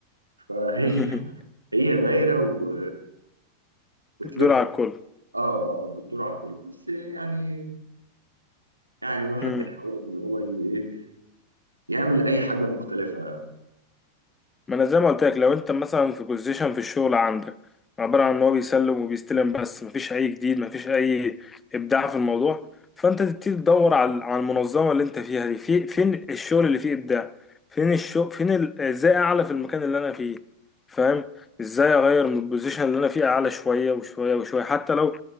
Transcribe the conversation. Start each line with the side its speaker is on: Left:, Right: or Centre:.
Right: فهي
Left: <laughs>
Right: هي دايره و... وتلف
Left: دول على الكل
Right: اه اه بتدور على الكل بس يعني يعني الواحد
Left: مم.
Right: بيحاول ان هو ي- ايه يعمل اي حاجه مختلفه
Left: ما انا زي ما قلت لك لو انت مثلا في بوزيشن في الشغل عندك عباره عن ان هو بيسلم وبيستلم بس مفيش اي جديد مفيش اي ابداع في الموضوع فانت تبتدي تدور على على المنظمه اللي انت فيها دي في فين الشغل اللي فيه ابداع فين الشغل فين ال- ازاي اعلى في المكان اللي انا فيه فاهم ازاي اغير من البوزيشن اللي انا فيه اعلى شويه وشويه وشويه حتى لو